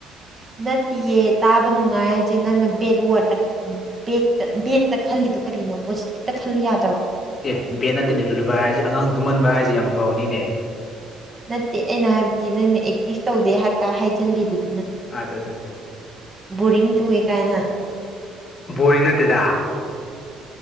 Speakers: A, on the right; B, on the left.
A: ꯅꯠꯇꯤꯌꯦ ꯇꯥꯕ ꯅꯨꯡꯉꯥꯏ ꯍꯥꯏꯁꯦ ꯅꯪꯅ ꯕꯦꯠ ꯋꯥꯔꯗ ꯕꯦꯠ ꯕꯦꯠꯇ ꯈꯜꯂꯤꯗꯣ ꯀꯔꯤꯅꯣ ꯄꯣꯖꯤꯇꯤꯞꯇ ꯈꯜꯂꯨ ꯌꯥꯗꯔꯣ
B: ꯑꯦ ꯕꯦꯠ ꯅꯠꯇꯦꯅꯦ ꯂꯨꯨꯕ ꯍꯥꯏꯁꯦ ꯑꯉꯥꯡ ꯇꯨꯝꯍꯟꯕ ꯍꯥꯏꯁꯦ ꯌꯥꯝ ꯐꯥꯎꯅꯤꯅꯦ
A: ꯅꯠꯇꯦ ꯑꯩꯅ ꯍꯥꯏꯕꯗꯤ ꯅꯪꯅ ꯑꯦꯛꯇꯤꯐ ꯇꯧꯗꯦ ꯍꯥꯢ ꯀ ꯍꯥꯢꯖꯜꯂꯤꯗꯨ
B: ꯑꯆꯥ ꯑꯠꯆꯥ
A: ꯕꯣꯔꯤꯡ ꯆꯨꯑꯦ ꯀꯥꯏꯅ
B: ꯕꯣꯔꯤꯡ ꯅꯠꯇꯦꯗ